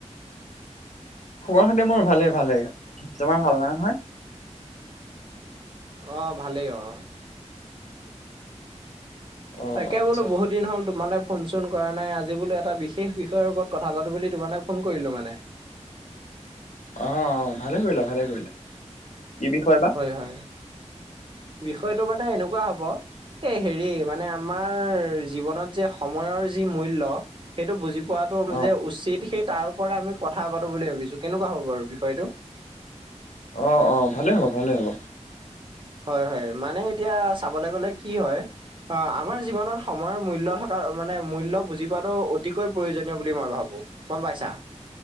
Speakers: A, on the left (about 80°); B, on the right (about 40°).
A: খবৰ খাতি মোৰ ভালে ভালে তোমাৰ ভালেই নহয়
B: অ ভালেই অ
A: অ
B: তাকে
A: আচ্ছা
B: বোলো বহুত দিন হ'ল তোমালে ফোন চোন কৰা নাই আজি বোলো এটা বিশেষ বিষয়ৰ ওপৰত কথা পাতো বুলি তোমালে ফোন কৰিলো মানে
A: অ ভালে কৰিলা ভালে কৰিলা কি বিষয় বা
B: এ হয় বিষয়টো মানে এনেকুৱা হ'ব এই হেৰি মানে আমাৰ জীৱনত যে সময়ৰ যি মূল্য সেইটো বুজি কোৱাতো
A: অ
B: যে উচিত সেই তাৰ ওপৰত আমি কথা পাতো বুলি ভাবিছো কেনেকুৱা হ'ব বাৰু বিষয়টো
A: অঁ অঁ ভালেই হ'ব ভালেই হ'ব
B: হয় হয় মানে এতিয়া চাবলৈ গলে কি হয় অ আমাৰ জীৱনত সময়ৰ মূল্য থকা মানে মূল্য বুজি পোৱাটো অতিকৈ প্ৰয়োজনীয় বুলি মই ভাবোঁ গম পাইছা